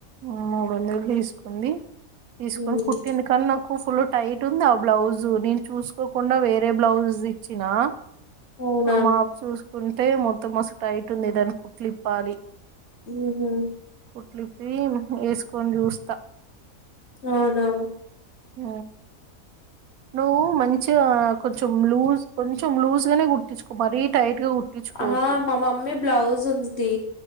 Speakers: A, on the right (about 85°); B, on the left (about 50°).
A: ఉమ్ మూడు వందలు తీసుకుంది తీసుకొని
B: ఉమ్,
A: కుట్టింది కానీ నాకు ఫుల్ టైట్ ఉంది ఆ బ్లౌజు నేను చూసుకోకుండా వేరే బ్లౌజ్ ఇచ్చినా
B: అవునా
A: అ మా అఫ చూసు కుంటే మొత్తం మస్తు టైట్ ఉంది దాని కుట్లిప్పాలి
B: ఉహుమ్
A: కుట్లు రీమ్ వేసుకొని చూస్తా
B: అవునా
A: ఆ నువ్వు మంచిగా కొంచం లూస్ కొంచ కొంచం లూస్‌గానే కుట్టించుకో మరి టైట్ గా కుట్టించుకోకు
B: ఆ మా మమ్మీ బ్లౌజ్ ఉం ది